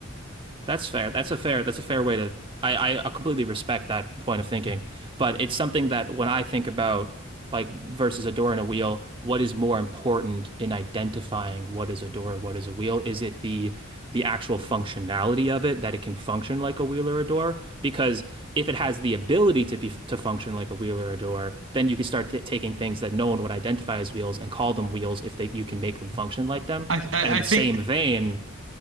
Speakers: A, on the right; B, on the right.
A: That's fair. That's a fair, that's a fair way to, I, I completely respect that point of thinking. But it's something that when I think about like versus a door and a wheel, what is more important in identifying what is a door, what is a wheel? Is it the the actual functionality of it that it can function like a wheel or a door? Because if it has the ability to be to function like a wheel or a door, then you can start th taking things that no one would identify as wheels and call them wheels if they you can make them function like them.
B: I I,
A: And in
B: I
A: the
B: think
A: same vein,